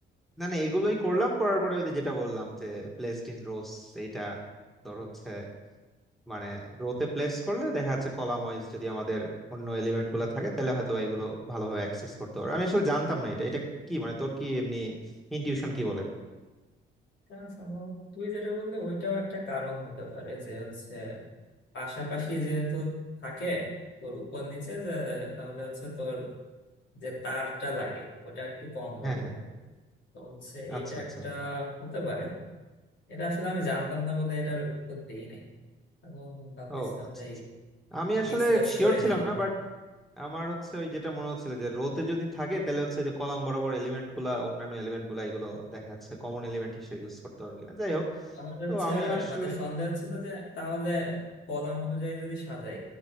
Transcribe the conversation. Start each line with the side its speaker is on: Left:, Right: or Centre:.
Centre: না না এগুলোই করলাম করার পরে ওই যে যেটা বললাম যে প্লেসড ইন রোস এইটা তোর হচ্ছে মানে রোতে প্লেস করলে দেখা যাচ্ছে কলাম ওয়াইজ যদি আমাদের অন্য এলিমেন্ট গুলো থাকে তাহলে হয়তো এগুলো ভালোভাবে অ্যাক্সেস করতে পারবে আমি আসলে জানতাম না এটা এটা কি মানে তোর কি এমনি ইনটিউশন কি বলে
Left: এটা সম্ভবত তুই যেটা বললি ওইটাও একটা কারণ হতে পারে যে হচ্ছে পাশাপাশি যেহেতু থাকে তোর উপর নিচে যে তাহলে হচ্ছে তোর যে তারটা লাগে ওটা একটু কম লাগে
Centre: হ্যাঁ হ্যাঁ
Left: তো হচ্ছে এইটা
Centre: আচ্ছা আচ্ছা
Left: একটা হতে পারে এটা আসলে আমি জানতাম না বলে এটার উত্তর দেই নাই এখন ভাবতেছিলাম
Centre: ও আচ্ছা
Left: তাই
Centre: আচ্ছা আমি আসলে
Left: ডিসকাস
Centre: শিওর
Left: করে
Centre: ছিলাম
Left: নেই আর
Centre: না বাট
Left: কি
Centre: আমার হচ্ছে ওই যেটা মনে হচ্ছিল যে রোতে যদি থাকে তাহলে হচ্ছে যে কলাম বরাবর এলিমেন্ট গুলা অন্যান্য এলিমেন্ট গুলা এগুলো দেখা যাচ্ছে কমন এলিমেন্ট হিসেবে ইউজ করতে পারবে কিনা যাই হোক
Left: আমার
Centre: তো
Left: হচ্ছে
Centre: আমি আসলে
Left: মানে সন্দেহ ছিল যে তাহলে কলাম অনুযায়ী যদি সাজাই